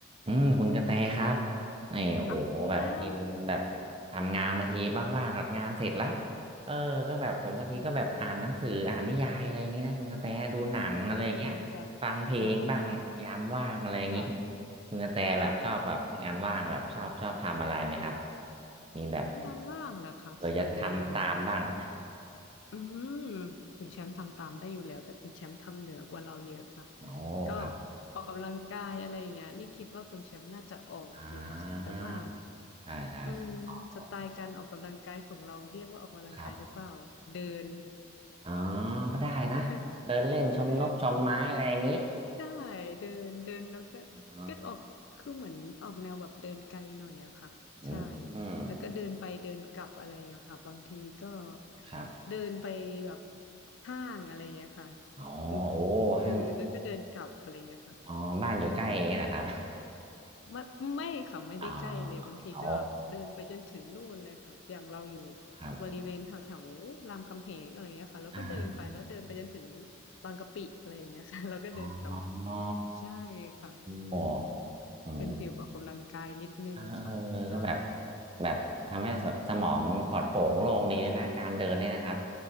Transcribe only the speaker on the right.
อืมคุณกระแตครับนี่โอ้โหแบบกินแบบ
ทำงานบางทีว่างๆแบบงานเสร็จละเออก็แบบผมบางทีก็แบบอ่านหนังสืออ่านนิยายอะไรนี้นะคุณกระแตดูหนังอะไรอย่างเงี้ย
ฟังเพลงบ้างยามว่างอะไรอย่างงี้
คุณกระแตแบบชอบแบบงานว่างแบบชอบชอบทำอะไรไหมครับ
มีแบบ
เผื่อจะทำตามบ้าง
<laughs> โอ้ครับ
อ่าใช่ใช่ใช่อ๋ออก
ครับ อ๋อก็ได้นะ
เดินเล่นชมนกชมไม้อะไรอย่างนี้
อ๋อ
อืมอืม
ครับ
อ๋อโอ้ห้าง
อ๋อบ้านอยู่ใกล้เองนะครับ
<laughs> อ๋อโอ้ครับ
อ่า
อ๋อโอ้
โหอืม
เออเออก็แบบแบบทำให้แบบสมองปลอดโปร่งโล่งดีเลยนะการเดินเนี่ยนะครับ